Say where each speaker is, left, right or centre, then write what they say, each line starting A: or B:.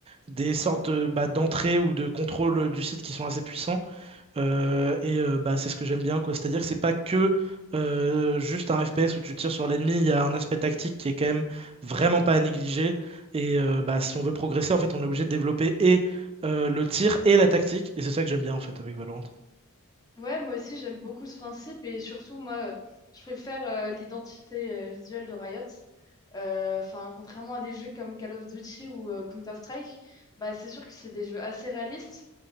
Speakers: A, on the right; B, on the left.
A: des sortes bah, d'entrées ou de contrôle du site qui sont assez puissants. Euh, et euh, bah, c'est ce que j'aime bien, quoi. C'est-à-dire que c'est pas que euh, juste un FPS où tu tires sur l'ennemi, il y a un aspect tactique qui est quand même vraiment pas à négliger. Et euh, bah, si on veut progresser, en fait, on est obligé de développer et euh, le tir et la tactique. Et c'est ça que j'aime bien, en fait, avec Valorant.
B: Ouais, moi aussi j'aime beaucoup ce principe et surtout moi euh, je préfère euh, l'identité euh, visuelle de Riot. Euh, Enfin, contrairement à des jeux comme Call of Duty ou euh, Counter-Strike, bah c'est sûr que c'est des jeux assez réalistes